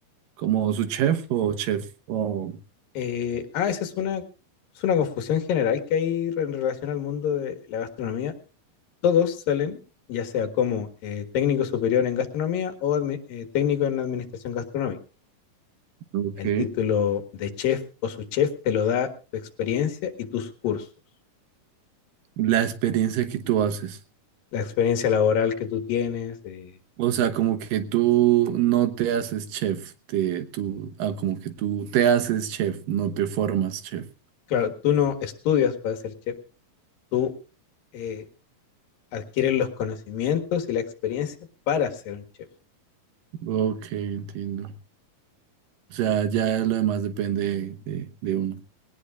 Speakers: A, on the right; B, on the left.
A: como su chef o chef? O,
B: Eh, ah, esa es una, es una confusión general que hay en relación al mundo de la gastronomía. Todos salen, ya sea como eh, técnico superior en gastronomía o admi- eh, técnico en administración gastronómica.
A: ok.
B: El título de chef o su chef te lo da tu experiencia y tus cursos.
A: La experiencia que tú haces.
B: la experiencia laboral que tú tienes. eh,
A: O sea, como que tú no te haces chef, te, tú, ah, como que tú te haces chef, no te formas chef.
B: claro, tú no estudias para ser chef, tú eh, adquieres los conocimientos y la experiencia para ser un chef.
A: Ok, entiendo. O sea, ya lo demás depende de, de uno.